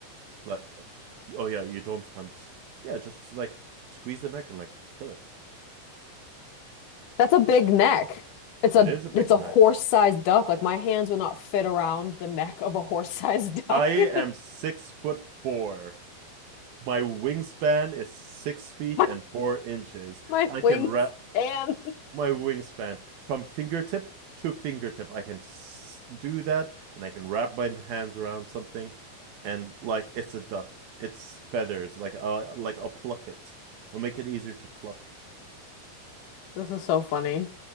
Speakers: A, on the right; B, on the left.
A: like? Oh yeah, you don't hunt. Yeah, just like squeeze the neck and like kill it.
B: That's a big neck. It's
A: It
B: a
A: is a big
B: it's a
A: neck.
B: horse-sized duck. Like my hands would not fit around the neck of a horse-sized <laughs>
A: I
B: duck.
A: am
B: <laughs>
A: six foot four. My wingspan is six feet
B: My,
A: and four inches.
B: my
A: I can
B: wingspan.
A: wrap my wingspan from fingertip to fingertip. I can do that and I can wrap my hands around something and like it's a duck. It's feathers. Like uh like I'll pluck it. I'll make it easier to pluck.
B: This is so funny.